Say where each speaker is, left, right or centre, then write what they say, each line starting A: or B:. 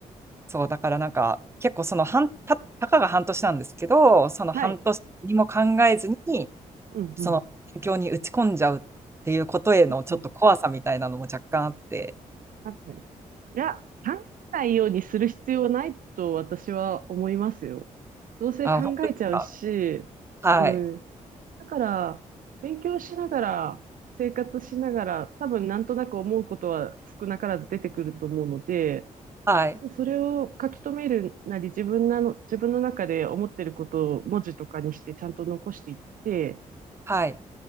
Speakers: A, on the right; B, on the right.
A: そう、だからなんか結構その半、た、たかが半年なんですけど、その半年にも考えずに、
B: はい、うん、
A: その勉強に打ち込んじゃうっていうことへのちょっと怖さみたいなのも若干あって、
B: うん、うん、うん。確かに。いや、考えないようにする必要はないと私は思いますよ。どうせ考えちゃうし、
A: あ、本当ですかはい、
B: うん。だから、勉強しながら、生活しながら、多分なんとなく思うことは少なからず出てくると思うので、
A: はい、
B: それを書き留めるなり、自分なの、自分の中で思ってることを文字とかにしてちゃんと残していって、
A: はい。